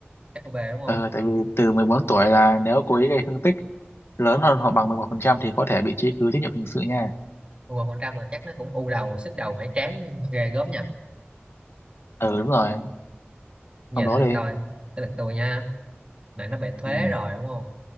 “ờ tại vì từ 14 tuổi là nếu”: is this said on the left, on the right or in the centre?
Left